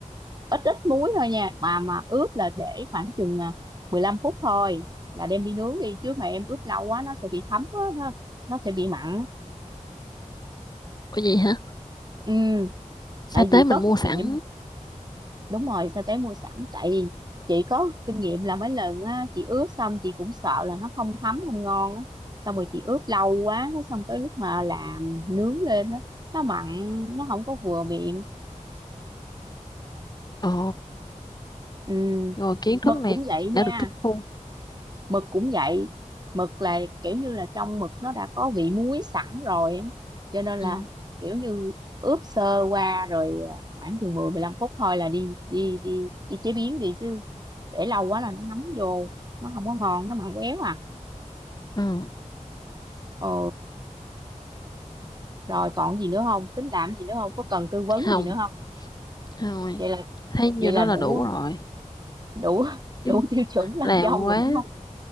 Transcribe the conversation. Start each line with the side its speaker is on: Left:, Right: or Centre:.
Right: ít ít muối thôi nha mà mà ướp là để khoảng chừng à, 15 phút thôi là đem đi nướng đi chứ mà em ướp lâu quá nó sẽ bị thấm á, nó nó sẽ bị mặn á.
Left: có gì hả
Right: ừ
Left: sa
Right: tại
Left: tế
Right: vì
Left: mình
Right: có
Left: mua sẵn
Right: kinh nghiệm đúng rồi sao té mua sẵn tại vì chị có kinh nghiệm là mấy lần á, chị ướp xong chị cũng sợ là nó không thấm không ngon á xong rồi chị ướp lâu quá cái xong tới lúc mà làm nướng lên á nó mặn nó không có vừa miệng
Left: ồ
Right: ừ.
Left: rồi kiến
Right: mực
Left: thức này
Right: cũng vậy nha
Left: đã được tiếp thu
Right: mực cũng vậy mực là kiểu như là trong mực nó đã có vị muối sẵn rồi á cho nên
Left: ừ.
Right: là kiểu như ướp sơ qua rồi à, khoảng chừng mười mười lăm phút thôi là đi đi đi đi chế biến đi chứ để lâu quá là nó ngấm vô nó không có ngon nó mặn éo à
Left: Ừ.
Right: ờ rồi còn gì nữa không tính làm gì nữa không có cần tư vấn
Left: không
Right: gì nữa không
Left: thôi
Right: vậy là
Left: thấy nhiêu
Right: vậy là
Left: đó
Right: đủ
Left: là đủ rồi
Right: đủ <laughs> đủ
Left: chứ
Right: tiêu chuẩn làm
Left: làm
Right: dâu
Left: quá
Right: rồi đúng không